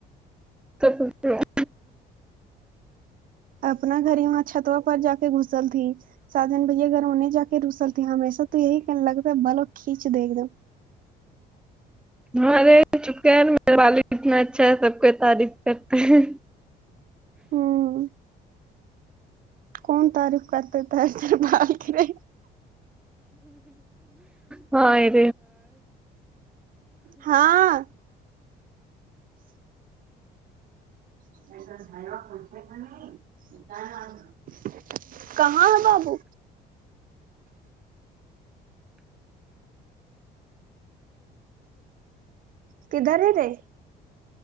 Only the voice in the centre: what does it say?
<unintelligible> <inaudible>
ہمارے چک میرے وال اتنا اچھا ہے سب کو تعریف کرتے ہیں
ہاں اک